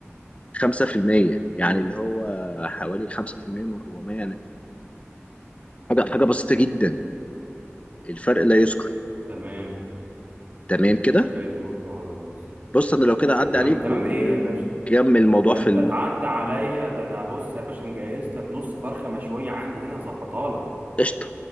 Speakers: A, on the left; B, on the right.
A: 5% يعني اللي هو حوالي 5% من 400 يعني حاجه حاجه بسيطه جدا الفرق لا يذكر
B: تمام
A: تمام كده
B: حلو خلاص
A: بص انا لو كده
B: ده
A: عدى
B: تمام
A: عليك
B: تمام
A: ونكمل
B: ايه يا باشا
A: الموضوع
B: ده
A: في
B: انت تعدى عليا ده انا بص يا باشا مجهز لك نص فرخة مشوية عندي هنا هظبطها لك
A: قشطة